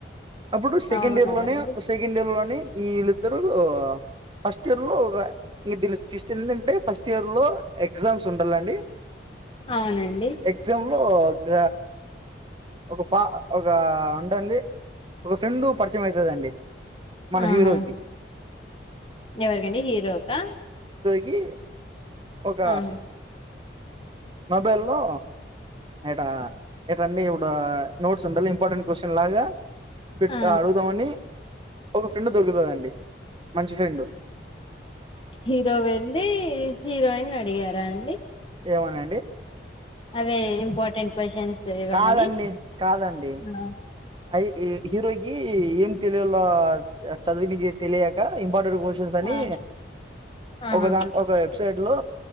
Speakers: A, on the right; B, on the left.
A: అప్పుడు సెకండ్
B: అవునా
A: ఇయర్ లోనే
B: అండి
A: సెకండ్ ఇయర్ లోనే ఈళ్ళద్దరు ఫస్ట్ ఫస్ట్ ఇయర్ లో ఇం ట్విస్ట్ ఏంటంటే ఫస్ట్ ఇయర్ లో ఎగ్జామ్స్ ఉండాలండి
B: అవునండి
A: ఎగ్జామ్ లో ఒక ఒక పా ఒక ఉంటుంది ఒక ఫ్రెండ్ పరిచయం అయితదండి మన
B: ఆహా
A: హీరోకి
B: ఎవరికండి హీరోకా
A: కి ఒక
B: ఆహా
A: మొబైల్ లో ఏట ఏటండి ఇప్పుడు నోట్స్ ఉండాలి ఇంపార్టెంట్ క్వశ్చన్ లాగా పెట్
B: ఆ
A: అడుగుదామని ఒక ఫ్రెండ్ దొరుకుతదండి మంచి ఫ్రెండు
B: హీరో వెళ్ళి హీరో ఆయన్ని అడిగారా అండి
A: ఏమోనండి
B: అదే ఇంపార్టెంట్ క్వశ్చన్స్ ఇవ్వమని
A: కాదండి కాదండి
B: ఆ
A: అ య హీరోకి ఏం తెలియలో చదవణికి ఏం తెలియక పార్టెంట్ క్వశ్చన్స్ అని
B: ఆ ఆహా
A: ఒక దా ఒక వెబ్సైట్ లో